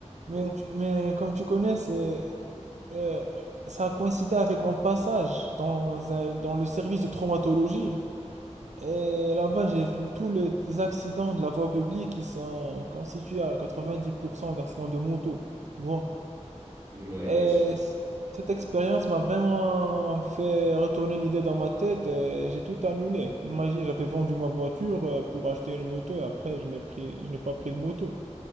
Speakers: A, on the right; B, on the right.
A: Mais, tu- mais comme tu connais, c'est Euh, ça a coïncidé avec mon passage dans un- dans le service de traumatologie. Et là-bas, j'ai vu tous les accidents de la voie publique qui sont constitués à 90% d'accidents de moto, tu vois.
B: Ouais,
A: Et
B: ouais, je-
A: c- cette expérience m'a vraiment fait retourner l'idée dans ma tête et j'ai tout annulé. Imagine, j'avais vendu ma voiture euh, pour acheter une moto et après, je n'ai pris, je n'ai pas pris de moto.